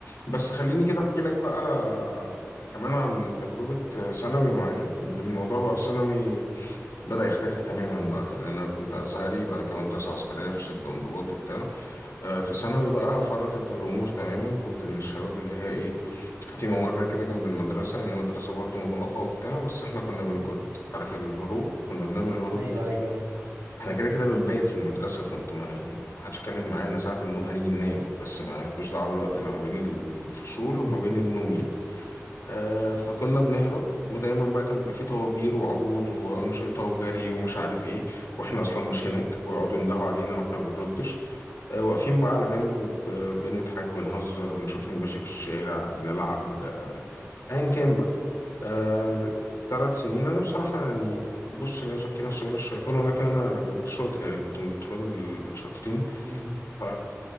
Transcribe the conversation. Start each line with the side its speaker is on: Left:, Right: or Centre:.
Left: بس خليني كده أحكي لك بقى كمان عن تجربة ثانوي معايا يمكن الموضوع بقى في
Right: امم
Left: ثانوي بدأ يختلف تماما بقى يعني أنا كنت أزهري بعد كده مدرسة عسكرية في شدة وانضباط وبتاع آه، في ثانوي بقى فرطت الأمور تماما كنت من الشباب اللي هي إيه في ممر كده جنب المدرسة يعني مدرسة برضو مغلقة وبتاع بس إحنا كنا بنكت
Right: امم.
Left: عارف الهروب كنا بنعمل الهروب
Right: ايوه
Left: الكبير
Right: ايوه ايوه
Left: احنا كده كده بنبيت في المدرسة فانتوا ما يعني ما حدش اتكلم معانا ساعة النوم هنيجي ننام بس ما لكوش دعوة بالوقت اللي ما بين الفصول
Right: امم
Left: وما بين النوم يعني آه فكنا بنهرب ودايما بقى كان بيبقى فيه طوابير وعروض وأنشطة وجري ومش عارف ايه واحنا أصلا مش هناك ويقعدوا يندهوا علينا واحنا ما بنردش آه واقفين بقى على جنب ب- بنضحك بنهزر بنشوف مين ماشي في الشارع بنلعب آه، ايا كان بقى آه، ثلاث سنين انا بصراحه يعني بص لا يزكي نفسه الا الشيطان ولكن انا كنت شاطر يعني كنت من الطلاب ال- الشاطرين
Right: امم.
Left: ف